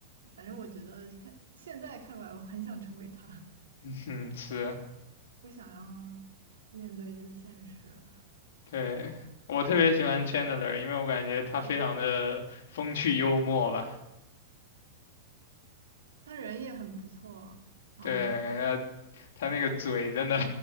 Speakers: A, on the right (about 80°); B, on the left (about 65°).
A: 反正我觉得看现在看过来，我很想成为他，
B: <laughs> 嗯，是，
A: <laughs> 不想要面对这个现实。
B: 对，我特别喜欢 Chandler，因为我感觉他非常的风趣幽默吧。
A: 啊他人也很不错啊。
B: 对，感觉他那个嘴真的